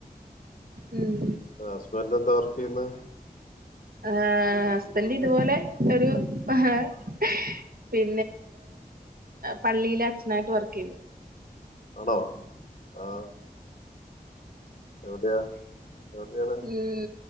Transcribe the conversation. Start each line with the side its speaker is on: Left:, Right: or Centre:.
Right: ഉം
Left: അസ്ബന്റ് എന്താ പറ യിന്ന്
Right: ആ ഹസ്ബന്റ് ഇതുപോലെ ഒരു പഹമതി പള്ളിയിലെ അച്ഛനായിട്ട് വർക്ക് ചെയുന്നു
Left: ആണോ ആ എവിടെയാ എവിടെയാണ്
Right: ഉം